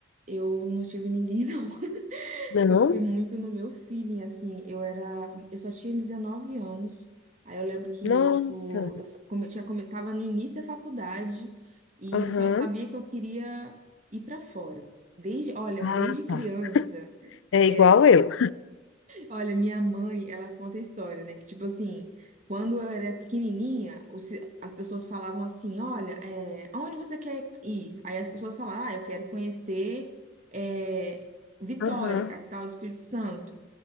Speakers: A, on the right; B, on the left.
A: eu não tive ninguém não. <laughs>
B: Não?
A: Eu fui muito no meu feeling assim, eu era eu só tinha 19 anos. Aí eu lembro que
B: Nossa.
A: tipo, eu f- como eu tinha como eu tava no início da faculdade e
B: Aham.
A: eu só sabia que eu queria ir para fora. Desde, olha,
B: Ah,
A: desde criança,
B: tá. É
A: era,
B: igual eu.
A: Olha, minha mãe, ela conta a história, né? Que tipo assim, quando eu era pequenininha, os- as pessoas falavam assim: Olha, é, aonde você quer ir? Aí as pessoas falavam: Ah, eu quero conhecer é, Vitória,
B: Aham,
A: capital do Espírito Santo.